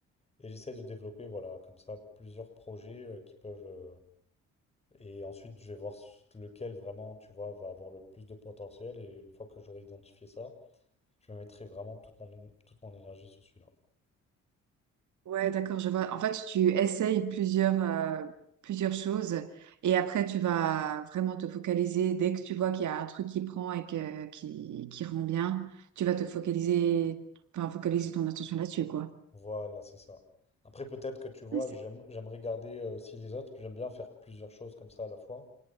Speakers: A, on the left; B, on the right.
A: Et j'essaie de développer, voilà, comme ça, plusieurs projets euh, qui peuvent... euh, et ensuite, je vais voir s- lequel vraiment, tu vois, va avoir le plus de potentiel. Et une fois que j'aurai identifié ça, Je me mettrai vraiment toute mon, toute mon énergie sur celui-là.
B: Ouais, d'accord, je vois. En fait, tu essayes plusieurs, euh, plusieurs choses et après, tu vas vraiment te focaliser. Dès que tu vois qu'il y a un truc qui prend et que, qui, qui rend bien, tu vas te focaliser, enfin, focaliser ton attention là-dessus, quoi.
A: Voilà, c'est ça. Après, peut-être que tu vois,
B: Ouais, c'est
A: j'aime, j'aime regarder euh, aussi les autres, puis j'aime bien faire plusieurs choses comme ça à la fois.